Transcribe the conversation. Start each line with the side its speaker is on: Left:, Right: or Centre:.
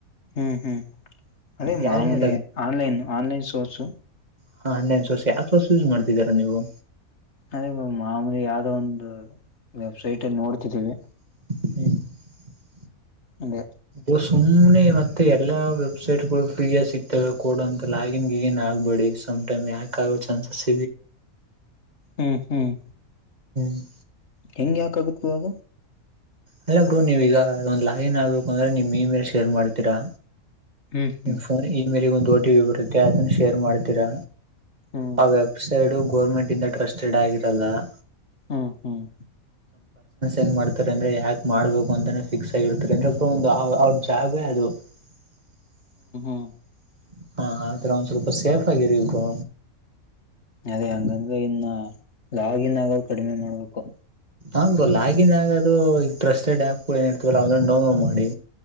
Left: ಹ್ಮ್ ಹ್ಮ್ ಅದೇ
Right: ಯಾವ್ದ್ರಿಂದ
Left: ಮಾಮೂಲೆ ಆನ್ಲೈನ್ ಆನ್ಲೈನ್ ಸೋರ್ಸು
Right: ಹಾ ಹನ್ನೆ ಸರ್ಸಿ ಆ ಸ ವರ್ಸ ಯೂಸ್ ಮಾಡ್ತಿದರಾ ನೀವು
Left: ಅದೇ ಮಾಮೂಲಿ ಯಾವ್ದೋ ಒಂದು ವೆಬ್ಸೈಟ್ ಅಲ್ಲಿ ನೋಡ್ತಿದ್ದೀವಿ
Right: ಹ
Left: ಅದೇ
Right: ಒ ಸುಮನೆ ಇವತ್ತೆ ಎಲ್ಲಾ ವೆಬ್ಸೈಟ್ ಗಳು ಫ್ರೀಯ ಸಿಗ್ತವೆ ಕೋಡ್ ಅಂತ ಲಾಗಿನ್ ಗಿಗಿನ್ ಆ ಹಬೇಡಿ ಸಮ್ ಟೈಮ್ ಯಾಕಾಗೊ ಚಾನ್ಸ್
Left: ಹ್ಮ್ ಹ್ಮ್
Right: <unintelligible>
Left: ಹೆಂಗ್ ಯಾಕ ಆಗತ್ ಅವಾಗ
Right: ಅಲ್ಲ ಬ್ರೋ ನೀವೀಗ ಒಂದ್ ಲಾಗಿನ್ ಆಗ್ಬೇಕು ಅಂದ್ರೆ ನಿಮ್ ಇಮೇಲ್ ಶೇರ್ ಮಾಡ್ತೀರಾ
Left: ಹ್ಮ್ ಹ್ಮ್
Right: ನಿಮ್ಮ ಫೋನ್ ಇಮೇಲಗೆ ಒಂದು ಓಟಿ ಪಿ ಬರುತ್ತೆ ಅದನ್ನ ಶೇರ್ ಮಾಡ್ತೀರಾ
Left: ಹ್ಮ್
Right: ಆ ವೆಬ್ಸೈಡು ಗೋರ್ಮೆಂಟ್ ಇಂದ ಟ್ರಸ್ಟೆಡ್ ಆಗಿರಲ್ಲ <inaudible>
Left: ಹ್ಮ್ ಹ್ಮ್
Right: ಏನ್ ಮಾಡ್ತಾರೆ ಅಂದ್ರೆ ಯಾಕೆ ಮಾಡ್ಬೇಕು ಅಂತಾನೆ ಫಿಕ್ಸ್ ಆಗಿರ್ತಾರೆ ಅಂದ್ರೆ ಅ ಒ ಅವ್ರ ಜಾಬೇ ಅದು <inaudible>
Left: <inaudible>
Right: ಹಾ ಆ್ರ ಒಂದ್ ಆ ತರ ಸ್ವಲ್ಪ ಸೇಫ್ ಆಗಿರಿ ಬ್ರೊ
Left: ಅದೇ ಹಂಗಂದ್ರೆ ಇನ್ನ ಲಾಗಿನ್ ಆಗದು ಕಡಿಮೆ ಮಾಡ್ಬೇಕು
Right: ಆು ಬ್ರೋ ಲಾಗಿನ್ ಆಗೋದು ಈಗ ಟ್ರಸ್ಟೆಡ್ ಆ್ಯಪ್ ಗಳು ಏನ ಇರ್ತವಲ್ಲ ಅವದಂದು ಡೌನ್ಲೋಡ್ ಮಾಡಿ